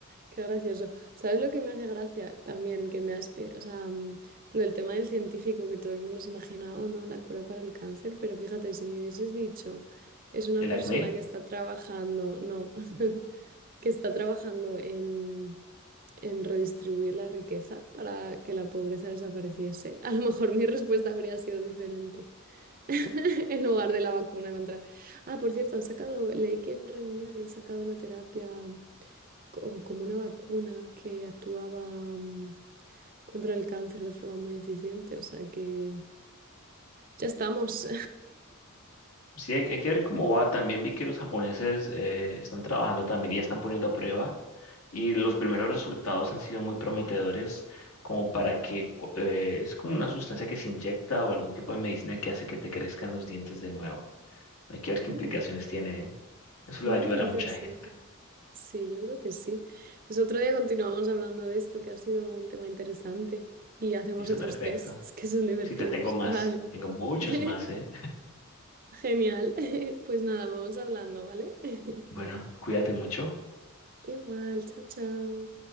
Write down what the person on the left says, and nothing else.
El
acné.
Sí, hay, hay que ver cómo va. También vi que los japoneses eh, están trabajando también y ya están poniendo a prueba. Y los
primeros resultados han sido muy prometedores, como para que cu- eh, es como una sustancia que se inyecta o algún tipo de medicina que hace que te crezcan los dientes de nuevo. Hay que ver qué
implicaciones tiene, ¿eh? Eso
le va a ayudar
a mucha gente.
Listo,
perfecto.
Sí, te tengo más.
Tengo muchos
más, ¿eh?
Bueno, cuídate mucho.